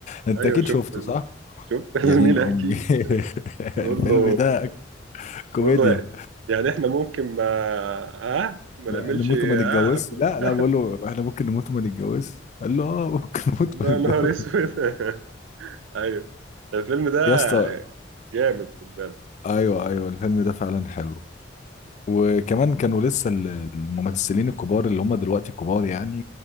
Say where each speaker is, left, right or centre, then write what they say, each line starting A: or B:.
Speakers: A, on the left; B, on the right.
A: انت
B: ايوه
A: اكيد
B: شفت
A: شفته
B: يا زميلي
A: صح
B: شفت يا
A: يا
B: زميلي
A: دين امي
B: اكيد
A: <laughs>
B: بيقول
A: الفيلم
B: له
A: ده كوميديا
B: بيقول له إيه؟ يعني احنا ممكن ما ها ما
A: ما-
B: نعملش
A: نموت
B: ها
A: وما نتجوزش
B: قبل
A: لا
B: <laughs>
A: لا بقول له احنا ممكن نموت وما نتجوزش قال له اه ممكن نموت
B: الله
A: وما نتجوزش
B: يا نهار اسود <laughs> ايوه الفيلم ده
A: يا اسطى
B: جامد خد بالك
A: ايوه ايوه الفيلم ده فعلا حلو وكمان كانوا لسه ال- الممثلين الكبار اللي هم دلوقتي كبار يعني